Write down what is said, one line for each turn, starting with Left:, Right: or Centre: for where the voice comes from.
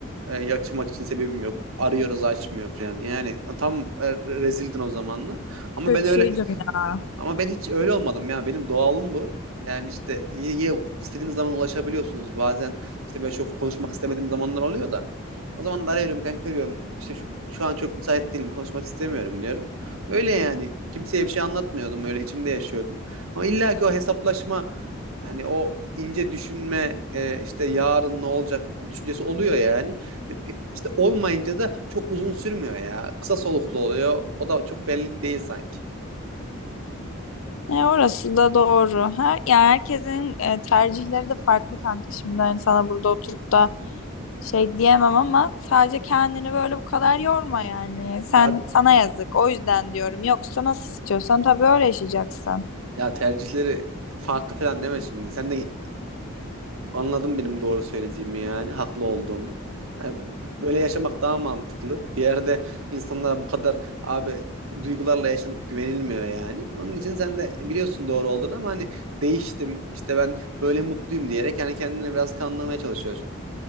Right: e, yaşamak için sebebim yok arıyoruz açmıyor falan yani tam e, rezildin o zamanlar ama
Left: Kötüydüm
Right: ben öyle
Left: ya.
Right: ama ben hiç öyle olmadım ya. Benim doğalım bu. Yani işte ye, ye- istediğiniz zaman ulaşabiliyorsunuz. Bazen işte böyle çok konuşmak istemediğim zamanlar oluyor da. O zaman da arıyorum kanka diyorum. İşte şu, şu an çok müsait değilim. Konuşmak istemiyorum diyorum. Öyle yani. Kimseye bir şey anlatmıyordum. Öyle içimde yaşıyordum. Ama illa ki o hesaplaşma hani o ince düşünme e, işte yarın ne olacak düşüncesi oluyor yani. E, İşte olmayınca da çok uzun sürmüyor ya. Kısa soluklu oluyor. O da çok benlik değil sanki.
Left: E, orası da doğru. Her, yani herkesin e, tercihleri de farklı kanka. Şimdi hani sana burada oturup da şey diyemem ama sadece kendini böyle bu kadar yorma yani. Sen
Right: Ya
Left: sana yazık. O yüzden diyorum. Yoksa nasıl istiyorsan tabii öyle yaşayacaksın.
Right: Ya tercihleri farklı falan deme şimdi. Sen de anladın benim doğru söylediğimi yani, haklı olduğumu. Yani böyle yaşamak daha mantıklı. Bir yerde insanlara bu kadar abi duygularla yaşanıp güvenilmiyor yani. Onun için sen de biliyorsun doğru olduğunu ama hani değiştim işte ben böyle mutluyum diyerek yani kendini biraz kandırmaya çalışıyorsun.